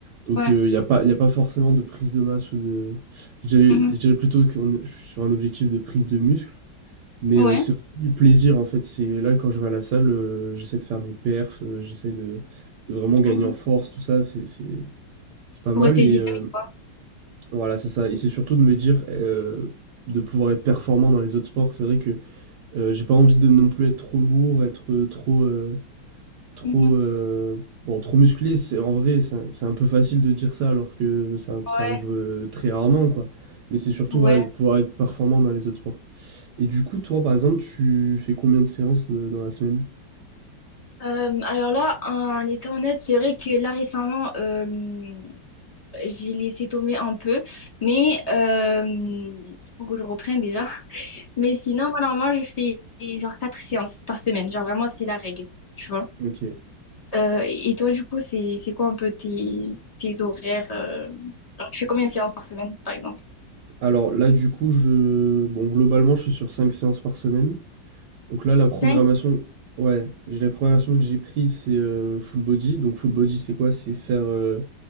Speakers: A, on the right; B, on the left.
A: Donc
B: Ouais.
A: il n'y a pas, y a pas forcément de prise de masse ou de. Je dirais,
B: Mhm.
A: je dirais plutôt que je suis sur un objectif de prise de muscle. Mais
B: Ouais.
A: euh, c'est aussi du plaisir en fait. C'est là quand je vais à la salle, euh, j'essaie de faire des perfs, euh, j'essaie de, de vraiment gagner
B: Mhm.
A: en force, tout ça, c'est c'est- c'est pas
B: Pour
A: mal.
B: rester
A: Et
B: dynamique,
A: euh,
B: quoi.
A: voilà, c'est ça. Et c'est surtout de me dire euh, de pouvoir être performant dans les autres sports. C'est vrai que euh, j'ai pas envie de non plus être trop lourd, être euh, trop euh, trop
B: Mhm.
A: euh, bon, trop musclé. C'est en vrai, c'est un c'est un peu facile de dire ça alors que ça,
B: Ouais,
A: ça arrive euh, très rarement quoi. Mais c'est surtout
B: ouais.
A: voilà de pouvoir être performant dans les autres sports. Et du coup, toi, par exemple, tu fais combien de séances euh, dans la semaine?
B: Euh, alors là, en étant honnête, c'est vrai que là récemment, euh, j'ai laissé tomber un peu, mais euh, faut que je reprenne déjà. Mais sinon, voilà, moi, je fais genre quatre séances par semaine. Genre vraiment, c'est la règle, tu vois.
A: Ok.
B: Euh, et toi, du coup, c'est c'est quoi un peu tes, tes horaires euh, genre, tu fais combien de séances par semaine, par exemple?
A: Alors là, du coup, je... Bon, globalement, je suis sur 5 séances par semaine. Donc là, la programmation...
B: Cinq.
A: Ouais, j'ai la programmation que j'ai prise, c'est euh, full body. Donc full body, c'est quoi? C'est faire euh,